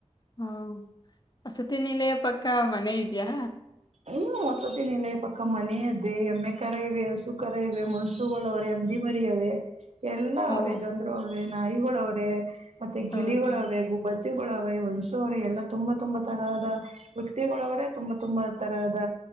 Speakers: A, on the left; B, on the right.
A: ಹಾ ವಸತಿ ನಿಲಯ ಪಕ್ಕಾ ಮ ಮನೇ ಇದ್ಯಾ.
B: ಹ್ಮ ವಸತಿನ ಪಕ್ಕ ಮನೆ ಅದೇ ಎಮ್ಮೆ ಕರ ಇವೆ ಹಸು ಕರ ಇವೆ ಮನ್ಸೂರ್ಗಳವ್ರೆ ಹಂದಿ ಮರಿಯವೆೇ. ಎಲ್ಲ
A: ಹ್ಞೂ
B: ಅವ್ರೆ ಜನ್ರು ಅವ್ರೇ. ನಾಯಿಗೊಳ ಅವ್ರೆ. ಮತ್ತೆ ಗಿಳಿಗಳ
A: ಹ್ಮ್ ಹ್ಮ್
B: ಅವೆೆ ಗುಬ್ಬಚ್ಚಿ ಗಳ ಅವೆ ಒನ್ಸ ಅವ್ರ ಎಲ್ಲ ತುಂಬಾ ತುಂಬಾ ತರಹದ ವ್ಯಕ್ತಿಗಳ ಅವರೇ ತುಂಬಾ ತುಂಬಾ. ತರದ